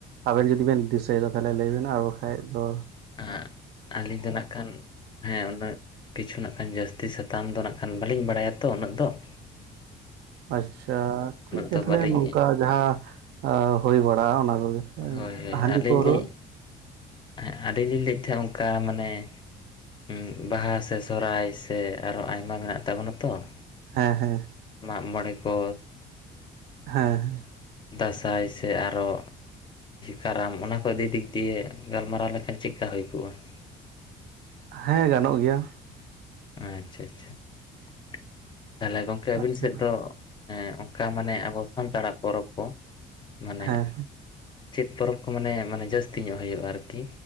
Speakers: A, on the right; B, on the left.
A: ᱟᱵᱮᱱ ᱡᱩᱫᱤ ᱵᱮᱱ ᱫᱤᱥᱟᱹᱭ ᱫᱟ ᱛᱟᱞᱷᱮ ᱞᱟᱹᱭ ᱵᱮᱱ ᱟᱨ ᱵᱟᱠᱷᱟᱡ ᱫᱚᱼᱼ
B: ᱦᱮᱸ ᱟᱹᱞᱤᱧ ᱫᱚ ᱱᱟᱜ ᱠᱷᱟᱱ ᱦᱮᱸ ᱩᱱᱟᱹᱜ ᱠᱤᱪᱷᱩ ᱠᱷᱟᱱ ᱡᱟᱹᱥᱛᱤ ᱥᱟᱛᱟᱢ ᱫᱚ ᱱᱟᱜ ᱠᱷᱟᱱ ᱵᱟᱹᱞᱤᱧ ᱵᱟᱲᱟᱭᱟ ᱛᱚ ᱩᱱᱟᱹᱜ ᱫᱚ ᱾
A: ᱟᱪᱪᱷᱟ ᱾ ᱴᱷᱤᱠ ᱜᱮᱭᱟ
B: ᱫᱚ
A: ᱛᱟᱦᱚᱞᱮ
B: ᱵᱟᱹᱞᱤᱧ
A: ᱱᱚᱝᱠᱟ ᱡᱟᱦᱟᱸ ᱦᱩᱭ ᱵᱟᱲᱟᱜᱼᱟ ᱚᱱᱟ ᱠᱚᱜᱮ
B: ᱦᱳᱭ
A: ᱾
B: ᱦᱳᱭ
A: ᱦᱟᱸᱰᱤ
B: ᱟᱹᱞᱤᱧ
A: ᱯᱟᱣᱨᱟᱹ
B: ᱞᱤᱧ ᱦᱮᱸ ᱟᱹᱞᱤᱧ ᱞᱤᱧ ᱞᱟᱹᱭᱮᱫ ᱛᱟᱦᱮᱸᱫ ᱚᱱᱠᱟ ᱢᱟᱱᱮ ᱦᱩᱸ ᱵᱟᱦᱟ ᱥᱮ ᱥᱚᱦᱚᱨᱟᱭ ᱥᱮ ᱟᱨᱚ ᱟᱭᱢᱟ ᱢᱮᱱᱟᱜ ᱛᱟᱵᱚᱱᱟ ᱛᱚ ᱾
A: ᱦᱮᱸ ᱦᱮᱸ ᱾
B: ᱢᱟᱜ ᱢᱚᱬᱮ ᱠᱚ
A: ᱦᱮᱸ
B: ᱫᱟᱸᱥᱟᱭ ᱥᱮ ᱟᱨᱚ ᱠᱟᱨᱟᱢ ᱚᱱᱟ ᱠᱚ ᱫᱤᱠ ᱫᱤᱠ ᱫᱤᱭᱮ ᱜᱟᱞᱢᱟᱨᱟᱣ ᱞᱮᱠᱷᱟᱱ ᱪᱮᱫᱼᱠᱟ ᱦᱩᱭ ᱠᱚᱜᱼᱟ ᱾
A: ᱦᱮᱸ ᱜᱟᱱᱚᱜ ᱜᱮᱭᱟ ᱾
B: ᱟᱪᱪᱷᱟ ᱟᱪᱪᱷᱟ ᱾ ᱛᱟᱦᱚᱞᱮ ᱜᱚᱝᱠᱮ ᱟᱹᱵᱤᱱ
A: ᱟᱪᱪᱷᱟ
B: ᱥᱮᱫ ᱫᱚ ᱦᱮᱸ ᱚᱱᱠᱟ ᱢᱟᱱᱮ ᱟᱵᱚ ᱥᱟᱱᱛᱟᱲᱟᱜ ᱯᱚᱨᱚᱵᱽ ᱠᱚ ᱢᱟᱱᱮ
A: ᱦᱮᱸ
B: ᱪᱮᱫ ᱯᱚᱨᱚᱵᱽ ᱠᱚ ᱢᱟᱱᱮ ᱢᱟᱱᱮ ᱡᱟᱹᱥᱛᱤ ᱧᱚᱜ ᱦᱩᱭᱩᱜᱼᱟ ᱟᱨᱠᱤ